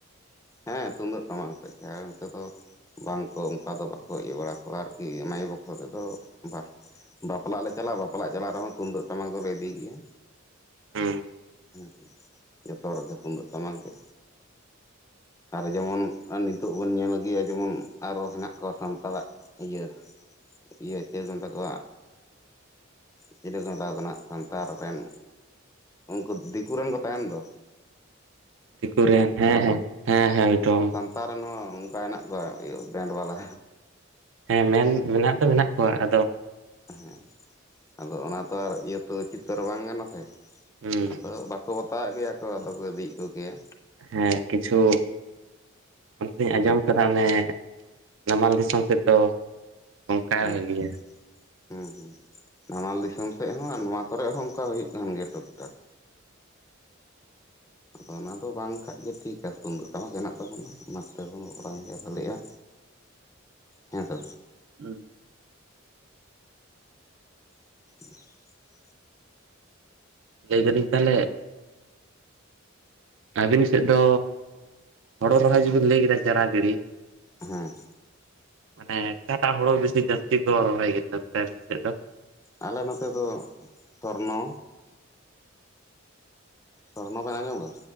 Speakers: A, on the left; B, on the right.
A: ᱦᱮᱸ ᱛᱩᱢᱫᱟᱹᱜ ᱴᱟᱢᱟᱠ ᱟᱛᱮᱫ ᱜᱮ ᱱᱚᱱᱮ ᱫᱚ ᱵᱟᱝᱠᱚ ᱚᱱᱠᱟ ᱫᱚ ᱵᱟᱠᱚ ᱤᱭᱟᱹ ᱵᱟᱲᱟ ᱠᱚᱣᱟ ᱟᱨᱠᱤ ᱮᱢᱟᱭ ᱵᱚᱠᱥᱚ ᱨᱮᱫ ᱵᱟ ᱵᱟᱯᱞᱟᱜ ᱞᱮ ᱪᱟᱞᱟᱜᱼᱟ ᱵᱟᱯᱞᱟᱜ ᱪᱟᱞᱟᱜ ᱨᱮᱦᱚᱸ ᱛᱩᱢᱫᱟᱹᱜ ᱴᱟᱢᱟᱠ ᱫᱚᱞᱮ ᱤᱫᱤ ᱜᱮᱭᱟ᱾
B: ᱦᱮᱸ
A: ᱦᱮᱸᱥᱮ ᱡᱚᱛᱚ ᱨᱮᱜᱮ ᱛᱩᱢᱫᱟᱹᱜ ᱴᱟᱢᱟᱠ ᱜᱮ ᱟᱨ ᱡᱮᱢᱚᱱ ᱱᱤᱛᱚᱜ ᱵᱚᱱ ᱧᱮᱞᱜᱭᱟ ᱡᱮᱢᱚᱱ ᱟᱨᱚ ᱦᱮᱱᱟᱜ ᱠᱚᱣᱟ ᱥᱟᱱᱛᱟᱲᱟᱜ ᱤᱭᱟᱹ ᱤᱭᱟᱹ ᱪᱮᱫᱮᱢ ᱢᱮᱛᱟ ᱠᱚᱣᱟ ᱪᱤᱞᱟᱹ ᱠᱚ ᱢᱮᱛᱟᱠᱚ ᱠᱟᱱᱟ ᱥᱟᱱᱛᱟᱲ ᱨᱮᱱ ᱩᱱᱠᱩ ᱫᱤᱠᱩ ᱨᱮᱱ ᱠᱚ ᱛᱟᱦᱮᱸᱱ ᱫᱚ᱾
B: ᱫᱤᱠᱩᱨ ᱨᱮᱱ ᱦᱮᱸ ᱦᱮᱸ ᱦᱮᱸ ᱮᱫᱚᱢ
A: ᱞᱟᱛᱟᱨ ᱨᱮᱱ ᱦᱚᱸ ᱚᱱᱠᱟ ᱦᱮᱱᱟᱜ ᱠᱚᱣᱟ ᱵᱮᱱᱰ ᱵᱟᱞᱟ᱾
B: ᱦᱮᱸ ᱢᱮᱱ ᱢᱮᱱᱟᱜ ᱫᱚ ᱢᱮᱱᱟᱜ ᱠᱚᱣᱟ ᱟᱫᱚ
A: ᱦᱮᱸ ᱟᱫᱚ ᱚᱱᱟ ᱛᱚ ᱟᱨ ᱤᱭᱟᱹ ᱛᱚ ᱩᱪᱤᱛᱟᱹᱨ ᱵᱟᱝ ᱜᱟᱱᱚ-ᱟ ᱥᱮ
B: ᱦᱩᱸ
A: ᱟᱫᱚ ᱵᱟ ᱠᱚ ᱵᱟᱛᱟᱣᱮᱫ ᱜᱮᱭᱟ ᱠᱚ ᱟᱫᱚ ᱠᱚ ᱤᱫᱤᱭᱮᱫ ᱠᱚᱜᱮᱭᱟ᱾
B: ᱦᱮᱸ ᱠᱤᱪᱷᱩ ᱚᱱᱛᱮᱤᱧ ᱟᱸᱡᱚᱢ ᱠᱟᱱᱟ ᱚᱱᱮ ᱱᱟᱢᱟᱞ ᱫᱤᱥᱚᱢ ᱥᱮᱫ ᱫᱚ ᱚᱱᱠᱟ
A: ᱦᱮᱸ
B: ᱦᱩᱭ ᱜᱮᱭᱟ᱾
A: ᱦᱮᱸ ᱦᱮᱸ ᱱᱟᱢᱟᱞ ᱫᱤᱥᱚᱢ ᱥᱮᱫ ᱦᱚᱸ ᱱᱚᱣᱟ ᱠᱚᱨᱮ ᱦᱚᱸ ᱚᱱᱠᱟ ᱦᱩᱭᱩᱜ ᱠᱟᱱᱜᱮᱭᱟ ᱴᱩᱠ ᱴᱷᱟᱠ᱾ ᱟᱫᱚ ᱚᱱᱟ ᱫᱚ ᱵᱟᱝᱠᱟᱡ ᱜᱮ ᱴᱷᱤᱠ-ᱟ ᱛᱩᱢᱫᱟ ᱴᱟᱢᱟᱠ ᱦᱮᱱᱟᱜ ᱛᱟᱵᱚᱱᱟ ᱚᱱᱟ ᱠᱚᱛᱮ ᱵᱚᱱ ᱵᱟᱯᱞᱟ ᱜᱮᱭᱟ ᱵᱷᱟᱹᱞᱤᱜᱼᱟ᱾ ᱦᱮᱸᱛᱚ
B: ᱦᱩᱸ
A: <unintelligible>
B: ᱞᱟᱹᱭ ᱫᱟᱞᱤᱧ ᱛᱟᱦᱚᱞᱮ ᱟᱹᱵᱤᱱ ᱥᱮᱫ ᱫᱚ ᱦᱚᱲᱚ ᱨᱚᱦᱚᱭ ᱡᱩᱵᱤᱱ ᱞᱟᱹᱭ ᱠᱮᱫᱟ ᱪᱟᱨᱟ ᱜᱤᱲᱤ
A: ᱦᱮᱸ
B: ᱢᱟᱱᱮ ᱚᱠᱟᱴᱟᱜ ᱦᱚᱲᱟᱹ ᱵᱮᱥᱤ ᱡᱟᱹᱥᱛᱤ ᱠᱚ ᱨᱚᱦᱚᱭ ᱜᱮᱛᱟ ᱯᱮᱭᱟ ᱟᱯᱮ ᱥᱮᱫ ᱫᱚ?
A: ᱟᱞᱮ ᱱᱚᱛᱮ ᱫᱚ ᱥᱚᱨᱱᱚ᱾ ᱥᱚᱨᱱᱚ ᱵᱮᱱ ᱟᱸᱡᱚᱢ ᱠᱟᱜ-ᱟ